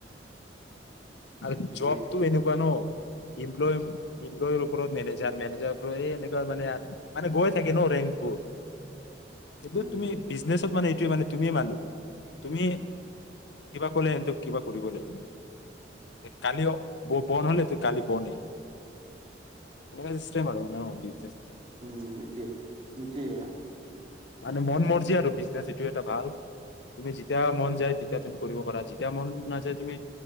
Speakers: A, on the left; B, on the right.
A: আৰু
B: এতিয়া
A: জবটো এনেকুৱা ন ইমপ্লম ইমপ্লয় ওপৰত মেনেজাৰ মেনেজাৰৰ ওপৰত এনেকোৱা মানে মানে গৈ থাকে ন ৰেংকবোৰ। সেইটো
B: উম,
A: তুমি বিজনেচত মানে এইটোয়ে মানে তুমি মালিক, তুমি কিবা ক'লে এনটক কিবা কৰিব লাগিব। কালি বন হলে তো কালি বনে। এনেকুৱা চিষ্টেম আৰু অ,
B: উম এতিয়া, এতিয়া,
A: মানে মন মৰ্জি আৰু বিজনেচ এইটো এটা ভাল। তুমি যেতিয়া মন যায় তেতিয়া তুমি কৰিব পাৰা, যেতিয়া মন নাযায় তুমি